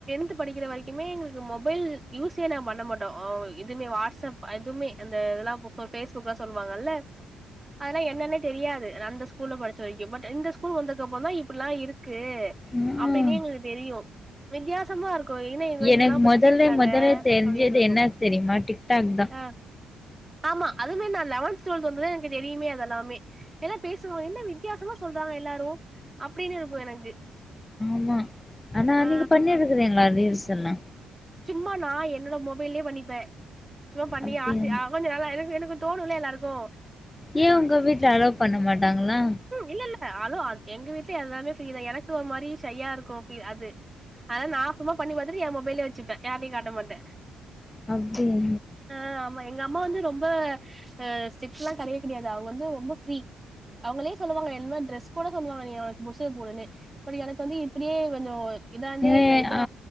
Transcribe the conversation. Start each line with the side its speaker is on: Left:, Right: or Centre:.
Right: டென்த் படிக்கிற வரைக்குமே எங்களுக்கு மொபைல் யூஸே நா பண்ண மாட்டோம் ஆ எதுமே வாட்ஸ்அப் அ எதுவுமே அந்த இதெல்லாம் ஃபோ ஃபேஸ்புக்லாம் சொல்லுவாங்கல்ல அதெல்லாம் என்னன்னே தெரியாது அந்த ஸ்கூல்ல படிச்ச வரைக்கும் பட் இந்த ஸ்கூல் வந்ததுக்கு அப்புறம் தா இப்டி எல்லாம் இருக்கு
Left: ம்.
Right: அப்படின்னே எங்களுக்கு தெரியும் வித்தியாசமா இரு க்கு ஏன்ன எங்க இதெல்லாம்
Left: எனக்கு
Right: பத்தி
Left: மொதல்ல
Right: பேசுறாங்க
Left: மொதல்ல தெரிஞ்சது
Right: அப்டினு இருக்கும்
Left: என்ன தெரியுமா டிக்டாக் தா
Right: ஆ ஆமா அதுமே நா லெவன்த் டுவெல்த் வந்து தா எனக்கு தெரியுமே அதெல்லாமே எல்லா பேசுவாங்க என்ன நீ வித்தியாசமா சொல்றாங்க எல்லாரு அப்டின்னு இருக்கு எனக்கு
Left: ஆமா ஆனா
Right: ஆ
Left: நீங்க பண்ணி இருக்குறீங்களா ரீல்ஸ் எல்லா
Right: சும்மா நா என்னோட மொபைல்லயே பண்ணிப்பே சும்மா பண்ணி
Left: அப்டியா
Right: ஆசயா கொஞ்ச நாளா எனக்கு எனக்கு தோணுல எல்லார்ருக்கு
Left: ஏ உங்க வீட்ல அலோ பண்ண மாட்டாங்ளா
Right: இல்லல்ல ஆளோ அ எங்க வீட்ல எல்லாமே ஃப்ரீதா எனக்கு ஒரு மாரி சய்யா இருக்கு ப் அது அத நா சும்மா பண்ணி பாத்துட்டு எ மொபைலே வெச்சுப்பே யார்ட்டியு காட்ட மாட்டே
Left: அப்டியா
Right: அ ஆமா எங்க அம்மா வந்து ரொம்ப ஸ்ட்ரிக்ட்ல்லா கெடையவே கெடையாது அவுங்க வந்து ரொம்ப ஃப்ரீ அவுங்களே சொல்லுவாங்க <unintelligible> டிரெஸ் கூட சொல்லுவாங்க நீ உனக்கு புடிச்சது போடுன்னு பட் எனக்கு வந்து இப்படியே கொஞ்சோ இதாந்தே
Left: இது
Right: இப்ற இதா
Left: ஆ